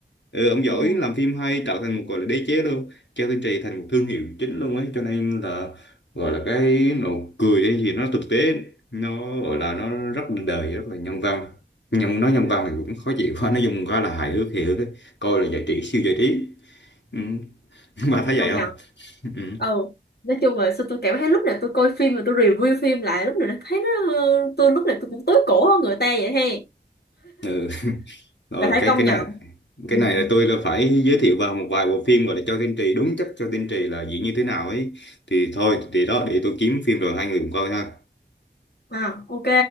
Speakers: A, on the left; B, on the left.
A: ừ, ông giỏi
B: ừ.
A: làm phim hay tạo thành một gọi là đế chế luôn Cao Thiên Trì thành một thương hiệu chính luôn ấy cho nên là gọi là cái nụ cười hay gì nó thực tế nó gọi là nó rất là đời rất là nhân văn nhưng nói nhân
B: ừ.
A: văn thì cũng khó chịu quá nó dùng quá là hài hước hề hước ấy. coi là giải trí siêu giải trí ừ. <laughs> bà thấy
B: công
A: vậy không
B: nhận
A: ừ.
B: ừ nói chung là sao tôi cảm thấy lúc nào tôi coi phim mà tôi review phim lại lúc nào nó thấy nó tôi lúc nào tôi cũng tối cổ hơn người ta vậy he
A: ừ. rồi
B: là phải
A: cái
B: công
A: cái
B: nhận
A: này cái
B: ừ.
A: này là tôi là phải giới thiệu vào một vài bộ phim gọi là cho tiên tri đúng chất cho tiên tri là diễn như thế nào ấy thì thôi thì đó để tôi kiếm phim rồi hai người cùng coi ha
B: à ok